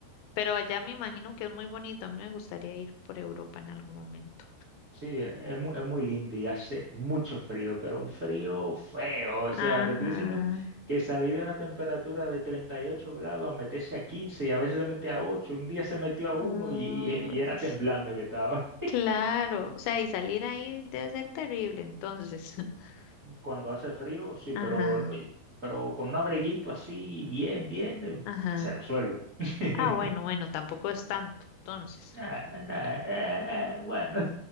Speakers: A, on the left; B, on the right.
A: Pero allá me imagino que es muy bonito. A mí me gustaría ir por Europa en algún momento.
B: Sí, es muy, es muy lindo y hace mucho frío, pero un frío feo. O sea,
A: Ajá.
B: te estoy diciendo que salir de una temperatura de 38 grados, a meterse a 15 y a veces se mete a 8, un día se metió a
A: Ay,
B: uno y, y- y era temblando que estaba.
A: claro. O sea, y salir ahí debe ser terrible, entonces. <laughs>
B: <laughs> Cuando hace frío, sí,
A: Ajá,
B: pero oye, pero con un abriguito así, bien, bien, eh,
A: ajá.
B: se resuelve. <laughs>
A: Ah, bueno, bueno, tampoco es tanto. Entonces,
B: Ah, nah, eh, eh, bueno,